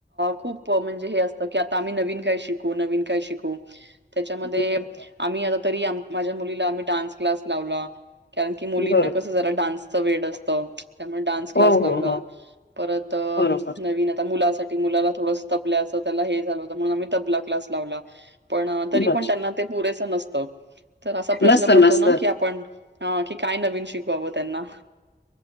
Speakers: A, on the right; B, on the left.
A: खूप म्हणजे हे असत की आता आम्ही नवीन काय शिकू काय शिकू? त्याच्यामध्ये
B: बरोबर
A: आम्ही तरी आता माझ्या मुलीला डान् लावला कारण की मुलींना
B: बरोबर
A: कस जरा डान्सच वेड असत. त्यामुळे डान्स क्लास
B: हो हो
A: लावला
B: हो
A: परत अ
B: बरोबर
A: नवीन आ मुलासा मुलाला थोडस तबल्याच त्याला हे झाल होत म्हणून आम्ही तबला क्लास लावला. पण तरी
B: बर
A: पण त्यांना ते पुरेस नसत, तर असा प्रश्न
B: नसतं
A: पडतो
B: नसतं
A: ना की आप हा कि काय नवीन शिकवावं त्यांना.